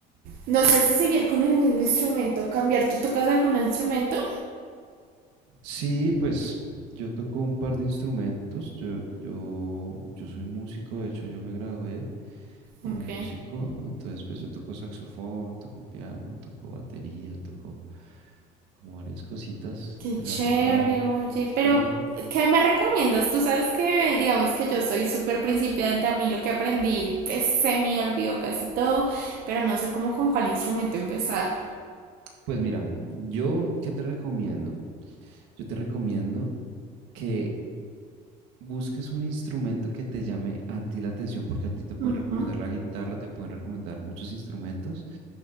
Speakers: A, on the right (about 55°); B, on the right (about 75°).
A: No sé si seguir con el mismo instrumento, cambiar. ¿Tú tocas algún instrumento?
B: Sí, pues yo toco un par de instrumentos. Yo, yo, yo soy músico, de hecho yo me gradué como
A: Ok.
B: músico, entonces pues yo toco saxofón, toco piano, toco batería, toco como varias cositas
A: Qué
B: que
A: chévere,
B: me ha tocado.
A: oye.
B: Sí,
A: Pero, ¿qué me recomiendas? Tú sabes que, digamos que yo soy súper principiante. A mí lo que aprendí pues, se me olvidó casi todo, pero no sé cómo con cuál instrumento empezar.
B: pues mira, yo, ¿qué te recomiendo? Yo te recomiendo... que busques un instrumento que te llame a ti la atención, porque a ti te pueden
A: Ujú.
B: recomendar la guitarra, te pueden recomendar muchos instrumentos,